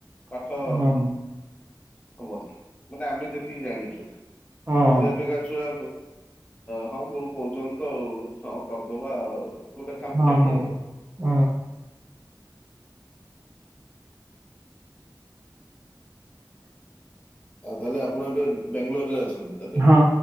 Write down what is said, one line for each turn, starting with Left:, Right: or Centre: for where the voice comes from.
Left: ପାଠ
Right: ହଁ
Left: ହବନି ମାନେ ଆମେ ଯେତିକି ଜାଣିଚୁ।
Right: ହଁ।
Left: ଏବେକା ଛୁଆ ହଁ ଗୁରୁ କହୁଚନ୍ତି ତ ଆଉ ହଁ କରିଦବା ଆଉ। ଗୋଟେ ଖାମଖିଆଲି
Right: ହଁ ହୁଁ।
Left: ଆଉ। ଆଉ ତାହେଲେ ଆପଣ ଏବେ ବାଙ୍ଗଲୋରରେ ଅଛନ୍ତି। ତାହେଲେ?
Right: ହଁ